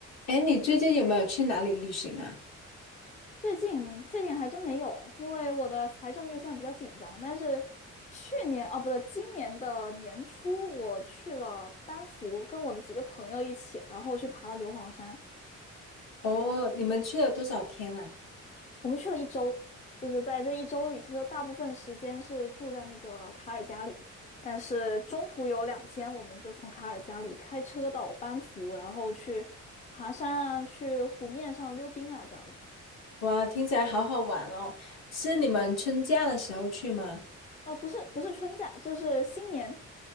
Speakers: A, on the left; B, on the left.
A: 哎，你最近有没有去哪里旅行啊？
B: 最近最近还真没有哎，因为我的财政预算比较紧张。但是去年啊，不对，今年的年初我去了班夫，跟我的几个朋友一起，然后去爬了硫磺山。
A: 哦，你们去了多少天啊？
B: 我们去了一周，就是在这一周里，其实大部分时间是住在那个卡尔加里，但是中途有两天，我们就从卡尔加里开车到班夫，然后去爬山啊，去湖面上溜冰啊，这样子。
A: 哇，听起来好好玩哦！是你们春假的时候去吗？
B: 啊，不是不是春假，就是新年，